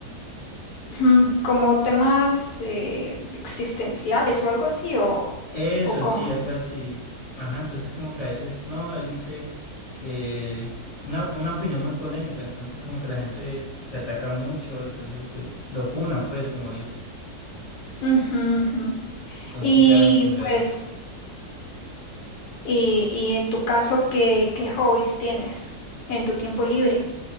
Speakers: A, on the left; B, on the left.
A: Ujú, como temas eh, existenciales o algo así o,
B: Eso
A: o cómo.
B: sí, algo así. Ajá, entonces como que a veces, no, él dice eh, una, una opinión muy polémica, entonces como que la gente se ataca mucho, entonces pues lo funa, pues como dice.
A: Ujú, ujú.
B: Entonces
A: Y
B: ya me entenderás.
A: pues, y, y en tu caso, ¿qué, qué hobbies tienes en tu tiempo libre?